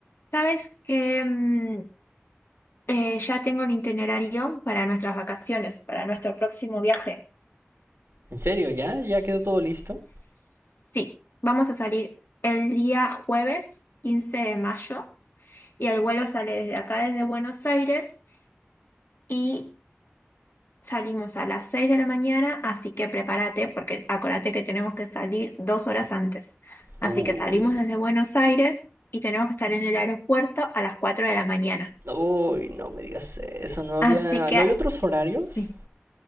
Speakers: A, on the left; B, on the right.
A: Sabes que mm, eh, ya tengo el itinerario para nuestras vacaciones, para nuestro próximo viaje.
B: ¿En serio? ¿Ya? ¿Ya quedó todo listo?
A: Sí, vamos a salir el día jueves quince de mayo y el vuelo sale desde acá, desde Buenos Aires y salimos a las 6 de la mañana, así que prepárate porque acuérdate que tenemos que salir dos horas antes. Así
B: Uy,
A: que salimos desde Buenos Aires y tenemos que estar en el aeropuerto a las 4 de la mañana.
B: uy, no me digas eso. ¿No había,
A: Así que...
B: no había otros
A: sí.
B: horarios?